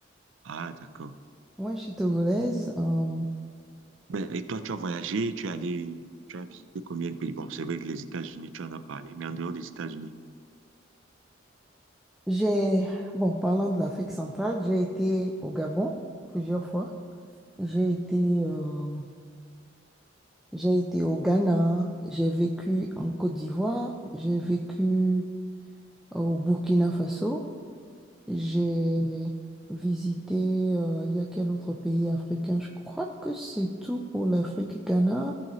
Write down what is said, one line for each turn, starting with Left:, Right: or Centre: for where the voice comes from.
Right: Ah, d'accord.
Centre: Moi, je suis togolaise. euh,
Right: Ben, et toi, tu as voyagé, tu es allé, tu as visité combien de pays? Bon, c'est vrai que les États-Unis, tu en as parlé, mais en dehors des États-Unis.
Centre: j'ai... Bon, parlant de l'Afrique centrale, j'ai été au Gabon plusieurs fois. J'ai été... euh, J'ai été au Ghana, j'ai vécu en Côte d'Ivoire, j'ai vécu au Burkina Faso, j'ai visité, euh, il y a quel autre pays africain? Je crois que c'est tout pour l'Afrique. Ghana,